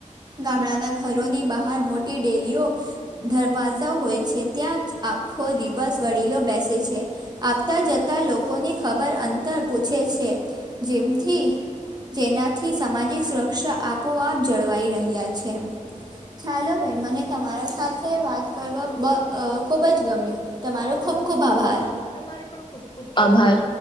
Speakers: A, on the right (about 30°); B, on the left (about 35°).
A: ગામડાના ઘરોની બહાર મોટી ડેલીઓ ધરવાજા હોય છે ત્યાં જ આખો દિવસ વડીલો બેસે છે. આવતા જતા લોકોની ખબર અંતર પૂછે છે જેમથી જેનાથી સામાજિક સુરક્ષા આપોઆપ જળવાઈ રહ્યા છે. ચાલો બેન મને તમારા સાથે વાત કરવા બ અ ખૂબ જ ગમ્યું. તમારો ખૂબ-ખૂબ આભાર.
B: તમારે પણ ખુબ-ખુબ આભાર.